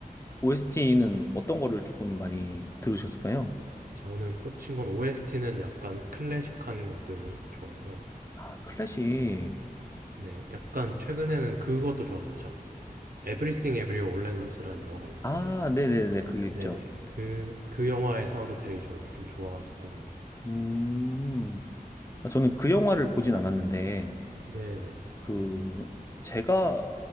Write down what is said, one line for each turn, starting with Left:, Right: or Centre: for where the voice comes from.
Left: OST는 어떤 거를 조금 많이 들으셨을까요?
Right: 저는 꽂힌 건 OST는 약간 클래식한 것들 좋아해서
Left: 아, 클래식.
Right: 네, 약간 최근에는 그것도 좋았어요, 참. Everything Everywhere All at Once라는 영화가 있는데,
Left: 아, 네네네. 그게 있죠.
Right: 네네, 그, 그 영화의 사운드 트랙이 저는 좀 좋아가지고,
Left: 음, 아, 저는 그 영화를 보진 않았는데,
Right: 네네,
Left: 그, 제가